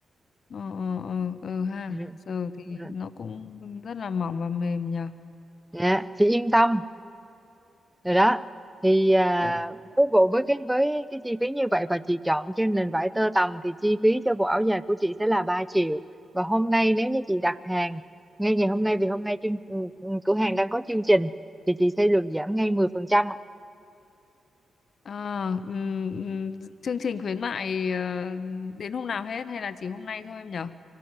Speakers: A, on the left; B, in the centre.
A: ờ ờ ờ ừ ha
B: Ừ.
A: giờ thì
B: Ừ.
A: nó cũng rất là mỏng và mềm nhờ
B: Dạ, Chị yên tâm rồi đó. Thì à,
A: vậy
B: với bộ với cái với cái chi phí như vậy và chị chọn trên nền vải tơ tằm thì chi phí cho bộ áo dài của chị sẽ là 3 triệu. Và hôm nay nếu như chị đặt hàng ngay ngày hôm nay vì hôm nay chương, ừ, ừ, cửa hàng đang có chương trình thì chị sẽ được giảm ngay mười phần trăm
A: à, ừm, ừm, chương trình khuyến mại ờ, đến hôm nào hết hay là chỉ hôm nay thôi em nhở